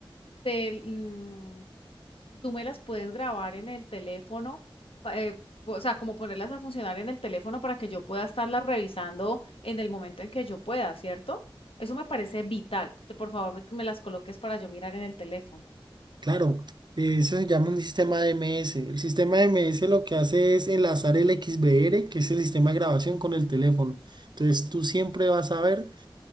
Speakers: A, on the left (about 80°); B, on the right (about 55°).
A: te- mm, tú me las puedes grabar en el teléfono, pa- eh, o sea, como ponerlas a funcionar en el teléfono para que yo pueda estarlas revisando en el momento en que yo pueda, ¿cierto? Eso me parece vital, que por favor me me las coloques para yo mirar en el teléfono.
B: Claro, eh, eso se llama un sistema DMS. El sistema DMS lo que hace es enlazar el XBR, que es el sistema de grabación, con el teléfono. Entonces tú siempre vas a ver